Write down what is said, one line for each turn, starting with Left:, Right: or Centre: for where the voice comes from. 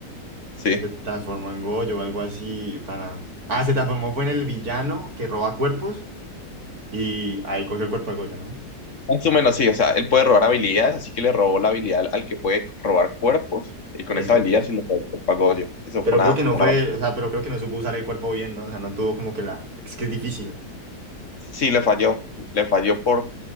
Left: Sí.
Right: se transformó en Goyo o algo así, pana. Ah, se transformó, fue en el villano que roba cuerpos. y ahí cogió el cuerpo de Goyo, ¿no?
Left: Más o menos sí, o sea, él puede robar habilidades, así que le robó la habilidad al al que puede robar cuerpos, y con
Right: Eso.
Left: esa habilidad sí le robó el cuerpo a Goyo. Eso
Right: Pero
Left: fue una,
Right: creo que no
Left: una
Right: fue,
Left: locura.
Right: o sea, pero creo que no supo usar el cuerpo bien, ¿no? O sea, no tuvo como que la... Es que es difícil.
Left: Sí, le falló. Le falló por,